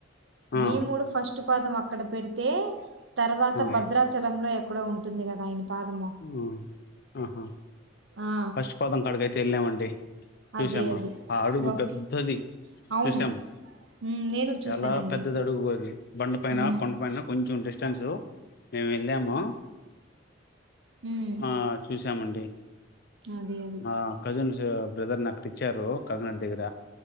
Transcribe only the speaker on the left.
ఆ
ఆ,
ఆ ఆహా
ఫస్ట్ పాదం కాడకయితే వెళ్ళామండి చూసామా
ఆ అడుగు
పెద్దది
చూసాము
చాలా పెద్దది అడుగు అది బండ పైన
కొండపైన కొంచెం డ స్టాన్స్ మేము వెళ్ళాము
ఆ చూసి మండి
మా కసిన్స్ బ్రదర్ నక్కడిచ్చారు కర్ణాటక దగ్గర